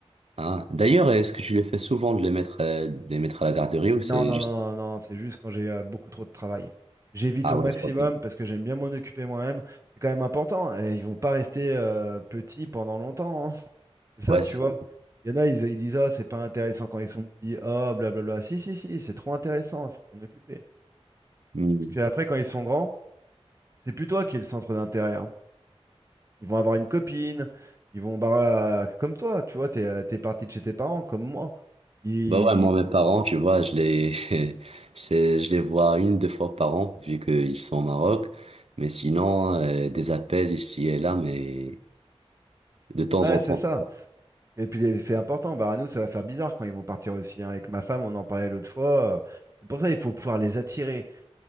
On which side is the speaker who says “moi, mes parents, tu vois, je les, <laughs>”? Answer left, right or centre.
Right